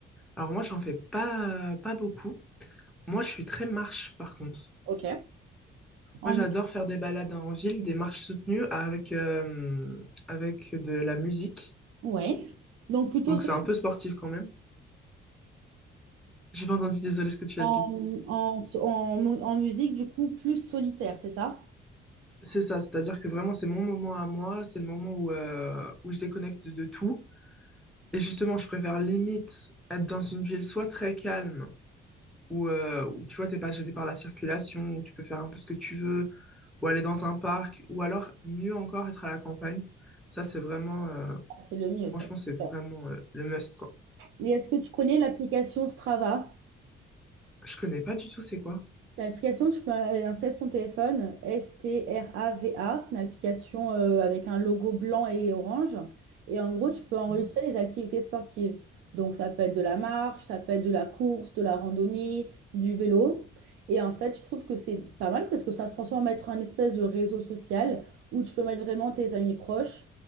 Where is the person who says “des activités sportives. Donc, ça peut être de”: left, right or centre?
Right